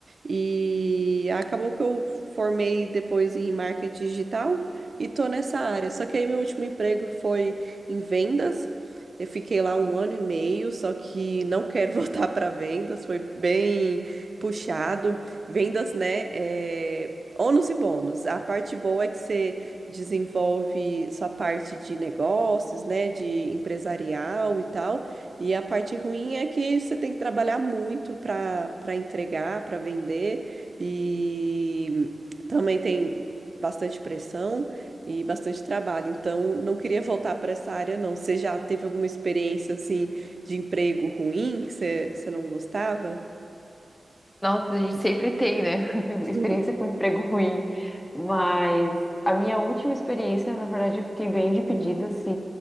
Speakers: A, on the right (about 55°); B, on the left (about 20°).
A: E acabou que eu formei depois em marketing digital e tô nessa área. Só que aí meu último emprego foi em vendas. Eu fiquei lá um ano e meio, só que não quero <laughs> voltar para vendas, foi bem puxado. Vendas, né? É... Ônus e bônus. A parte boa é que você desenvolve sua parte de negócios, né, de empresarial e tal. E a parte ruim é que você tem que trabalhar muito para para entregar, para vender e também tem bastante pressão e bastante trabalho. Então, não queria voltar para essa área, não. Você já teve alguma experiência assim de emprego ruim que você, que você não gostava?
B: Nossa, a gente sempre tem, né? <laughs> Experiência
A: Uhum.
B: com emprego ruim. Mas a minha última experiência, na verdade, eu fiquei bem dividida se,